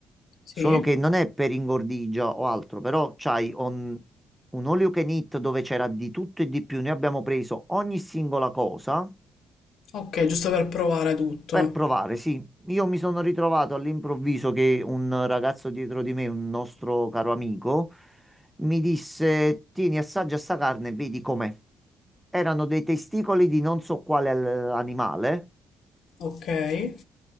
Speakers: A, on the left (about 70°); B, in the centre.
A: sì,
B: Solo che non è per ingordigia o altro, però c'hai on- un all you can eat dove c'era di tutto e di più. Noi abbiamo preso ogni singola cosa
A: ok, giusto per provare tutto.
B: per provare, sì. Io mi sono ritrovato all'improvviso che un ragazzo dietro di me, un nostro caro amico, mi disse: Tieni, assaggia sta carne e vedi com'è erano dei testicoli di non so quale eh, animale
A: Ok, hai